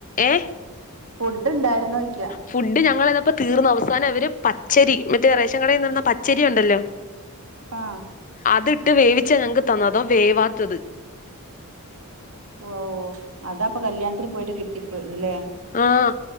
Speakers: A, on the left (about 35°); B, on the right (about 70°).
A: ഏ..
B: ഫുഡ് ഉണ്ടായിരുന്നൊ യ്ക്യ..
A: ഫുഡ് ഞങ്ങൾന്നപ്പോ തീർന്നു അവസാനം അവര് പച്ചരി മറ്റേ റേഷൻ കാടെന്ന് തന്ന പച്ചരി ഉണ്ടല്ലോ..
B: ആ..
A: അതിട്ട് വേവിച്ച ഞങ്ങക്ക് തന്നത് അതോ വേവാത്തത്..
B: ഓ അതാ പ്പൊ കല്യാണത്തിന് പോയിട്ട് കിട്ടിപ്പോ ഇല്ലെ..
A: ആഹ്